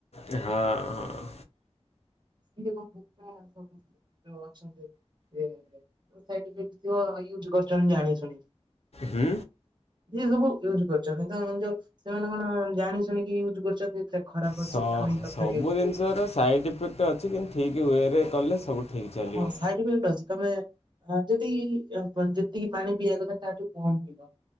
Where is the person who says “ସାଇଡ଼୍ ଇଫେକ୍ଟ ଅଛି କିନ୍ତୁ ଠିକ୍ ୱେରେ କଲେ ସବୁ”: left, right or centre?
Left